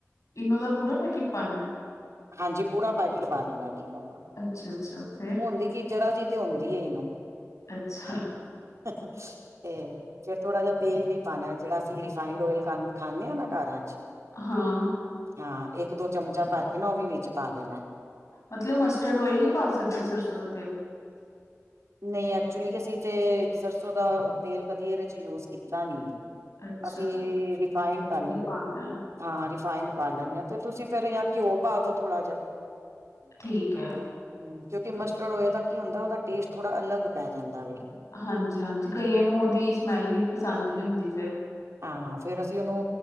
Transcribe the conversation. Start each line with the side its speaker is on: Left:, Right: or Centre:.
Left: ਇਨੋ ਦਾ ਪੂਰਾ ਪੈਕੇਟ ਪਾਨਾ?
Right: ਹਾਂਜੀ ਪੂਰਾ ਪੈਕੇਟ ਪਾ ਦੇਨਾ ਇਨੋ ਦਾ
Left: ਅੱਛਾ ਅੱਛਾ ਫੇਰ
Right: ਹੁੰਦੀ ਕੀ ਜਰਾ ਜੀ ਤੇ ਹੁੰਦੀ ਏ ਇਨੋ।
Left: ਅੱਛਾ।
Right: ਤੇ ਫੇਰ ਥੋੜਾ ਜਾ ਤੇਲ ਵੀ ਪਾਨੇ ਜੇੜਾ ਅਸੀਂ ਰਿਫੰਡ ਓਇਲ ਖਾ ਖਾਨੇ ਆ ਨਾ ਕਰਾ ਚ।
Left: ਹਾਂ।
Right: ਹਾਂ ਇੱਕ-ਦੋ ਚਮਚਾ ਪਰ ਕੇ ਨਾ ਔ ਵੀ ਵਿੱਚ ਪਾ ਦੇਨਾ।
Left: ਮਤਲਬ ਮਸਟਰਡ ਓਇਲ ਨੀ ਪਾ ਸਕਦੇ ਸਰਸੋਂ ਦਾ ਤੇਲ।
Right: ਨਈ ਐਕਚੁਲੀ ਅਸੀਂ ਤੇ ਸਰਸੋਂ ਦਾ ਓ ਤੇਲ ਕਦੀ ਏਦੇ ਚ ਯੂਜ ਕੀਤਾ ਨੀ ਐ।
Left: ਅੱਛਾ
Right: ਅਸੀਂ ਵੀ ਰਿਫਾਇੰਡ ਕਰ ਲੈਂਦੇ।
Left: ਹੀ ਪਾਨਾ
Right: ਹਾਂ ਰਿਫਾਈਨਡ ਪਾ ਲੈਨੇ ਆ ਤੇ ਤੁਸੀਂ ਫਿਰ ਯਾ ਘਿਓ ਪਾ ਦੋ ਥੋੜਾ ਜਾ।
Left: ਠੀਕ ਐ।
Right: ਹੂੰ ਕਿਉਂਕਿ ਮਸਟਰਡ ਹੋਏ ਤਾਂ ਕੀ ਹੁੰਦਾ ਓਦਾ ਟੇਸਟ ਥੋੜਾ ਅਲੱਗ ਪੈ ਜਾਂਦਾ ਵੇ।
Left: ਹਾਂਜੀ-ਹਾਂਜੀ ਕਈਆਂ ਨੂੰ ਔਦੀ ਸਮੈਲ ਵੀ ਪਸੰਦ ਨੀ ਹੁੰਦੀ ਫੇਰ।
Right: ਹਾਂ ਫੇਰ ਅਸੀਂ ਉਹਨੂੰ